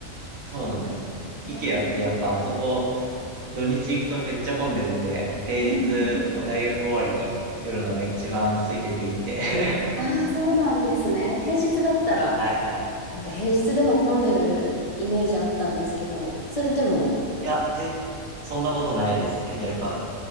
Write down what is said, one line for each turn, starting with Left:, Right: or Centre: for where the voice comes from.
Right: そうなんです。
Left: えー
Right: IKEA ってやっぱあそこ、土日行くとめっちゃ混んでるんで、平
Left: うんうん。
Right: 日、こう大学終わりに寄るのが一番空いてていいんで。<laughs>
Left: ああ、そうなんですね。平日だったら、
Right: はいはい。
Left: なんか平日でも混んでるイメージあったんですけど、それでも、
Right: いや、全、そんなことないですね。やっぱ、